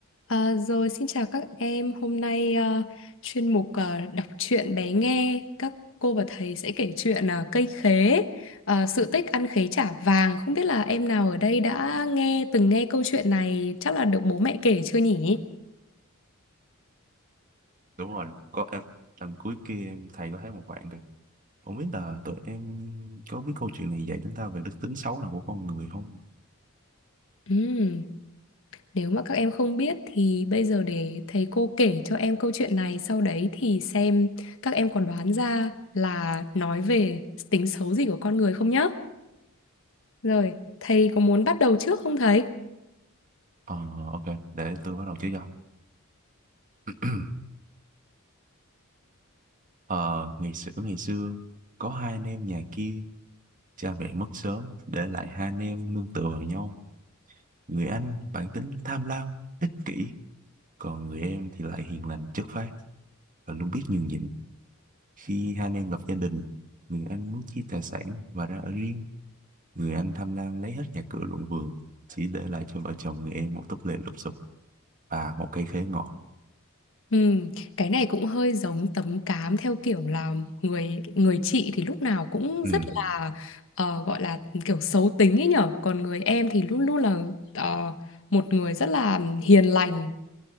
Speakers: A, on the left; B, on the right.
A: À, rồi xin chào các em, hôm nay ờ, chuyên mục ờ, đọc truyện bé nghe các cô và thầy sẽ kể chuyện ờ, cây khế, ờ, sự tích ăn khế trả vàng. Không biết là em nào ở đây đã nghe từng nghe câu chuyện này chắc là được bố mẹ kể chưa nhỉ?
B: đúng rồi có em lần cuối kia em thầy có thấy một bạn kìa không biết là tụi em có biết câu chuyện này dạy chúng ta về đức tính xấu nào của con người không
A: Ừm, Nếu mà các em không biết thì bây giờ để thầy cô kể cho em câu chuyện này, sau đấy thì xem các em có đoán ra là nói về tính xấu gì của con người không nhá. Rồi, thầy có muốn bắt đầu trước không thầy?
B: ờ ok để tôi bắt đầu chứ cho <clears throat> ờ ngày xưa ngày xưa có hai anh em nhà kia cha mẹ mất sớm để lại hai anh em nương tựa vào nhau người anh bản tính tham lam ích kỷ còn người em thì lại hiền lành chất phác và luôn biết nhường nhịn khi hai anh em lập gia đình người anh muốn chia tài sản và ra ở riêng Người anh tham lam lấy hết nhà cửa ruộng vườn, chỉ để lại cho vợ chồng người em một túp lều lụp xụp và một cây khế ngọt.
A: Ừ, cái này cũng hơi giống tấm cám theo kiểu là người người chị thì lúc nào cũng
B: Ừ,
A: rất là ờ, gọi là kiểu xấu tính ấy nhở còn người em thì luôn luôn là ờ, một người rất là hiền lành